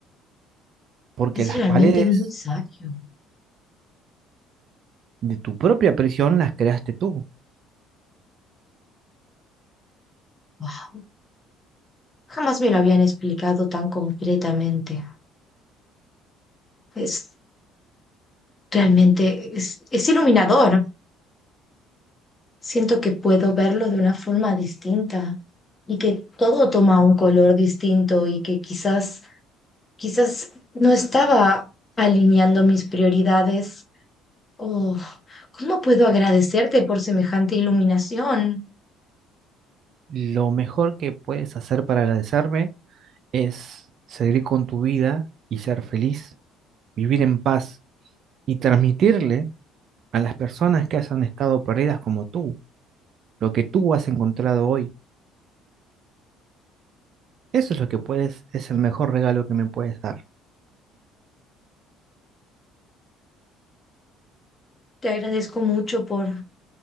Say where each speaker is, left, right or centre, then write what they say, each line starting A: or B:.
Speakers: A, on the right; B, on the left.
A: porque
B: Es
A: las
B: realmente
A: paredes
B: muy sabio.
A: de tu propia prisión las creaste tú.
B: Wow. Jamás me lo habían explicado tan completamente. Es realmente, es, es iluminador. Siento que puedo verlo de una forma distinta y que todo toma un color distinto y que quizás, quizás no estaba alineando mis prioridades. Oh, ¿cómo puedo agradecerte por semejante iluminación?
A: Lo mejor que puedes hacer para agradecerme es seguir con tu vida y ser feliz, vivir en paz y transmitirle a las personas que hayan estado perdidas como tú lo que tú has encontrado hoy. Eso es lo que puedes, es el mejor regalo que me puedes dar.
B: Te agradezco mucho por,